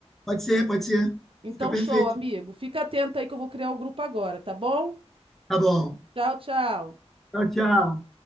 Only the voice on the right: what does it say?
Então,
show, amigo. Fica atento aí que eu vou criar o grupo agora, tá bom?
Tchau, tchau.